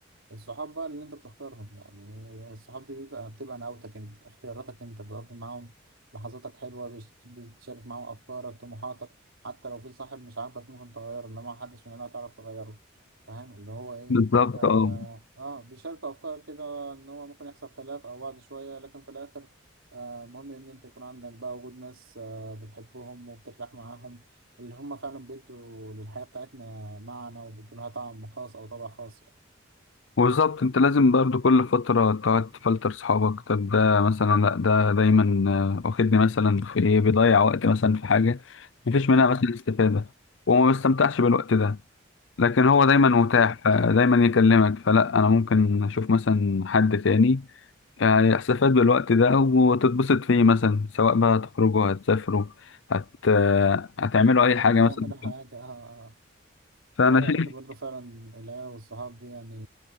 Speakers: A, on the right; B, on the left.
A: الصحاب بقى اللي انت بتختارهم يعني الصحاب دي بيبقى بتبقى نعوتك انت اختياراتك انت بتقضي معاهم لحظاتك حلوة بتش- بتشارك معاهم افكارك طموحاتك حتى لو في صاحب مش عاجبك ممكن تغيره انما محدش من العيلة تعرف تغيره فاهم اللي هو ايه
B: بالظبط
A: اه,
B: اه
A: آه بيشاركوا افكارك كده ان هو ممكن يحصل خلاف او بعد شوية لكن في الاخر آه مهم ان انت يكون عندك بقى وجود ناس آه بتحبهم وبترتاح معاهم اللي هم فعلا بيدوا للحياة بتاعتنا معنى وبيدوا لها طعم خاص او طابع خاص يعني.
B: وبالظبط انت لازم برضه كل فترة تقعد تفلتر صحابك طب ده مثلا لا ده دايما آه، واخدني مثلا في ايه بيضيع وقت مثلا في حاجة مفيش منها
A: آه.
B: مثلا استفادة وما بستمتعش بالوقت ده لكن هو دايما متاح
A: بالظبط
B: دايما يكلمك فلا انا ممكن اشوف مثلا حد تاني يعني استفاد بالوقت ده وتتبسط فيه مثلا سواء بقى هتخرجوا هتسافروا هت... آه، هتعملوا أي حاجة
A: هتعملوا
B: مثلا
A: حاجة آه.
B: فأنا
A: لا يا
B: شايف
A: حتة برضه فعلا العيلة والصحاب دي يعني